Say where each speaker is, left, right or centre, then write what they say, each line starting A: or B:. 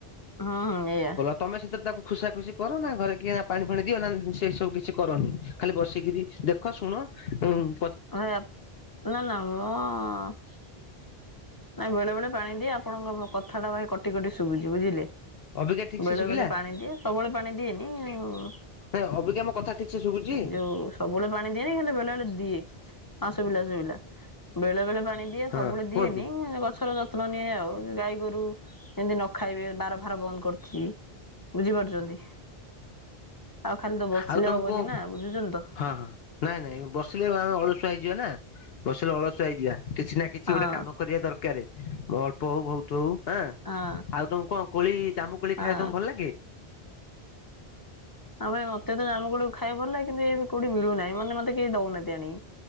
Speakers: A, on the left; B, on the left.
A: ହଁ ହଁ ଏଇଆ।
B: ତମ ସେଥିରେ ତାକୁ ଖୁସା ଖୁସି କର ନା ଘରେ କିଏ ନା ପାଣି ଫାଣି ଦିଅ ନା ସେ ସବୁ କିଛି କରନି। ଖାଲି ବସିକରି ଦେଖ ଶୁଣ ଉ।
A: <unintelligible> ନା ନା ଅ। ନାଇଁ ବେଳେ ବେଳେ ପାଣି ଦିଏ ଆପଣଙ୍କ କଥାଟା ଭାଇ କଟି କଟି ଶୁଭୁଛି ବୁଝିଲେ।
B: ଅବିକା ଠିକ୍
A: ବେଳେ
B: ସେ ଶୁଭିଲା
A: ବେଳେ ପାଣି ଦିଏ ସବୁବେଳେ ପାଣି ଦିଏନି ଉଁ।
B: ହେଁ ଅବିକା ମୋ କଥା ଠିକ୍ ସେ ଶୁଭୁଛି?
A: ଯୋଉ ସବୁବେଳେ ପାଣି ଦିଏନି ହେଲେ ବେଳେ ବଳେ ଦିଏ ହଁ ସୁଭିଲା ସୁଭିଲା ବେଳେ ବେଳେ ପାଣି ଦିଏ
B: ହଁ
A: ସବୁବେଳେ ଦିଏନି।
B: କୁହନ୍ତୁ।
A: ଗଛର ଯତ୍ନ ନିଏ ଆଉ ଗାଈ ଗୋରୁ ଯେମିତି ନ ଖାଇବେ ବାର ଫାର ବନ୍ଦ କରିଥିବି। ବୁଝିପାରୁଛନ୍ତି ଆଉ ଖାଲି ତ ବସିଲେ
B: ଆଉ ତମକୁ
A: ହବନି ନା ବୁଝୁଛନ୍ତି ତ।
B: ହଁ ହଁ। ନାଇଁ ନାଇଁ ବସିଲେ ଆମେ ଅଳସୁଆ ହେଇଯିବା ନା ବସିଲେ ଅଳସୁଆ ହେଇଯିବା କିଛି ନା କିଛି
A: ହଁ।
B: ଗୋଟେ କାମ କରିବା ଦରକାର ଅଳ୍ପ ହଉ ବହୁତ ହଉ ହାଁ।
A: ହଁ
B: ଆଉ ତମକୁ କଣ କୋଳି ଜାମୁ କୋଳି
A: ହଁ।
B: ଖାଇବା ତମକୁ ଭଲ ଲାଗେ?
A: ଆଉ ଭାଇ ମତେ ତ ଜମ୍ମୁ କୋଳକୁ ଖାଇବାକୁ ଭଲ ଲାଗେ କିନ୍ତୁ ଏବେ କୋଉଠି ମିଳୁ ନାହିଁ ମାନେ ମତେ କେହି ଦଉନାହାନ୍ତି ଆଣିକି।